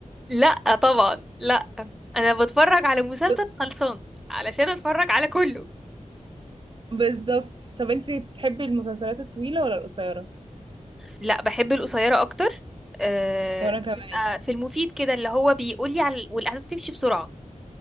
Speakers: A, in the centre; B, on the right.
A: لا طبعا لا انا بتفرج على مسلسل
B: ب...
A: خلصان علشان اتفرج على كله
B: بالظبط طب انتي تحبي المسلسلات الطويله ولا القصيره
A: لا بحب القصيره اكتر أه...
B: وانا كمان
A: يبقى في المفيد كده اللي هو بيقول لي على والاحداث تمشي بسرعه